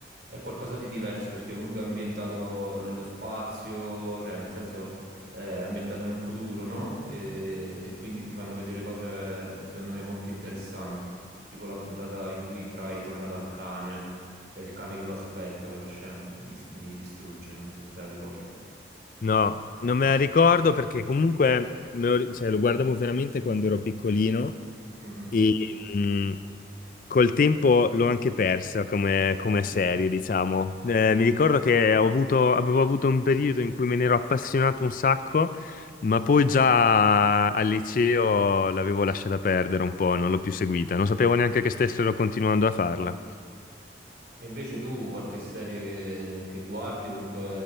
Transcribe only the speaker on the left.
No, non me la ricordo perché comunque me lo, cioè, lo guardavo veramente quando ero piccolino
e, mhmm, Col tempo l'ho anche persa come, come serie, diciamo. Eh, mi ricordo che ho avuto- avevo avuto un periodo in cui me ne ero appassionato un sacco, ma poi già al liceo l'avevo lasciata perdere un po', non l'ho più seguita, non sapevo neanche che stessero continuando a farla.